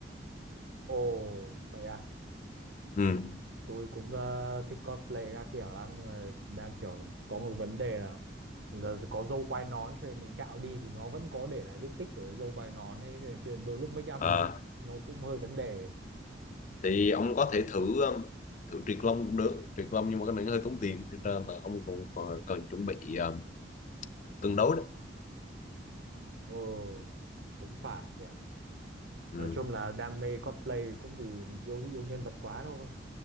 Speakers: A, on the right; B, on the left.
A: Ồ, vậy à.
B: ừ.
A: tôi cũng ờ, thích cosplay các kiểu lắm nhưng mà đa kiểu có một vấn đề là là có râu quai nón cho nên mình cạo đi thì nó vẫn có để lại vết tích của cái râu quai nón ấy cho nên cho nên đôi lúc make
B: Ờ,
A: up nó cũng hơi vấn đề
B: thì ông có thể thử um, thử triệt lông cũng được triệt lông nhưng mà cái này nó hơi tốn tiền cho nên là ông còn còn cần chuẩn bị um, tương đối đó
A: ừ, cũng phải nhỉ
B: ừ.
A: nói chung là đam mê cosplay cũng vì mình yêu yêu nhân vật quá thôi